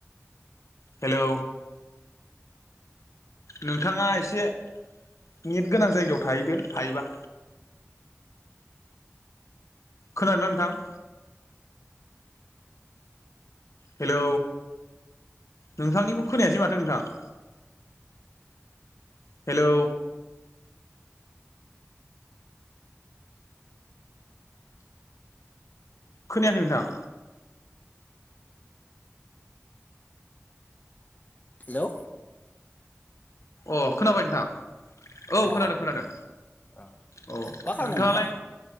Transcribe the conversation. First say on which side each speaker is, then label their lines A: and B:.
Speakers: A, on the left (about 85°); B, on the left (about 35°).
A: हेलौ। नोंथाङा एसे नेट गोनां जायगायाव थाहैदो हायोबा। खोनादों ना नोंथां? हेलौ नोंथांनिखौ खोनायासै माथो नोंथां। हेलौ। खोनायाखै नोंथां।
B: हेलौ।
A: अ खोनाबाय नोंथां। औ
B: अ
A: खोनादों खोनादों
B: अ
A: औ
B: मा खालामदों
A: नोंथाङालाय
B: नोंथां?